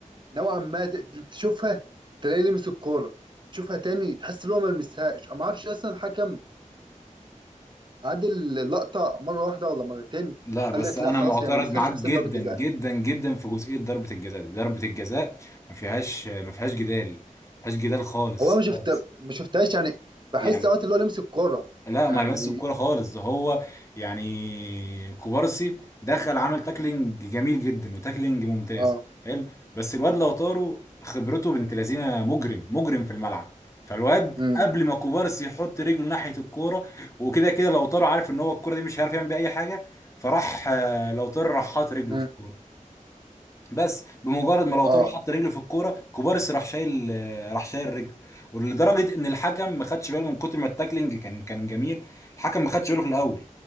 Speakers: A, on the right (about 35°); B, on the left (about 20°).
A: نوعا ما ت- تشوفها تلاقيه لمس الكوره تشوفها تاني تحس ان هو ما لمسهاش أنا ما اعرفش اصلا الحكم عاد اللقطه مره واحده ولا مرتين
B: لا بس
A: قال لك
B: انا
A: لا خلاص
B: معترض
A: هي ما لمستهاش
B: معاك
A: تحسب
B: جدا
A: ضربه جزاء
B: جدا جدا في جزئيه ضربه الجزاء دي ضربه الجزاء ما فيهاش ما فيهاش جدال ما فيهاش جدال خالص
A: هو أنا ما شفت
B: خالص
A: ما شفتهاش يعني بحس
B: يعني
A: اوقات اللي هو لمس الكوره
B: لا
A: يعني
B: ما لمس الكوره خالص ده هو يعني كوبارسي دخل عمل تاكلينج جميل جدا وتاكلينج ممتاز
A: اه
B: حلو بس الواد لو طاروا خبرته بنت لذينه مجرم مجرم في الملعب فالواد
A: امم
B: قبل ما كوبارسي يحط رجله ناحيه الكوره وكده كده لو طاروا عارف ان هو الكوره دي مش هيعرف يعمل بيها اي حاجه فراح لو طار راح حاط رجله
A: امم
B: في الكوره بس بمجرد ما لو
A: اه
B: طاروا حط رجله في الكوره كوبارس راح شايل آه، راح شايل رجله ولدرجه ان الحكم ما خدش باله من كتر ما التاكلينج كان كان جميل الحكم ما خدش باله في الاول